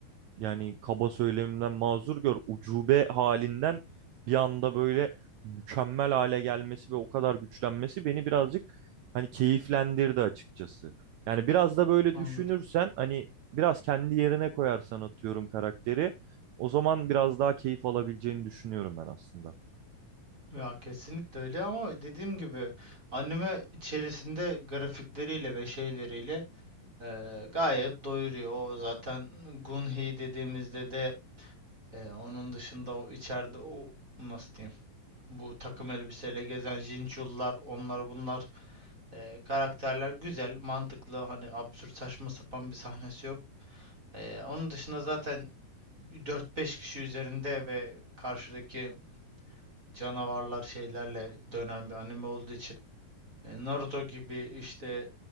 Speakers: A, on the right (about 80°); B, on the right (about 25°).
A: yani kaba söylemimden mazur gör ucube halinden bir anda böyle mükemmel hale gelmesi ve o kadar güçlenmesi beni birazcık hani keyiflendirdi açıkçası. Yani biraz da böyle
B: Anladım.
A: düşünürsen hani biraz kendi yerine koyarsan atıyorum karakteri o zaman biraz daha keyif alabileceğini düşünüyorum ben aslında.
B: Ya kesinlikle öyle ama dediğim gibi anime içerisinde grafikleriyle ve şeyleriyle eee, gayet doyuruyor. O zaten Gunhi dediğimizde de Ee, onun dışında o içeride o nasıl diyeyim bu takım elbiseyle gezen Jinchullar onlar bunlar ee, karakterler güzel mantıklı hani absürt saçma sapan bir sahnesi yok. Ee, onun dışında zaten dört beş kişi üzerinde ve karşıdaki canavarlar şeylerle dönen bir anime olduğu için e, Naruto gibi işte